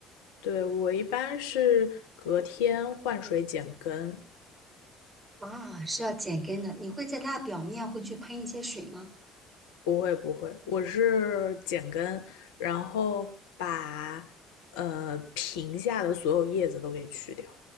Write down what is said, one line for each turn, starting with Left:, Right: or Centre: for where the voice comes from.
Left: 对，我一般是隔天换水剪根，
Right: 啊，是要剪根的。你会在它的表面会去喷一些水吗？
Left: 不会不会，我是剪根，然后把呃瓶下的所有叶子都给去掉，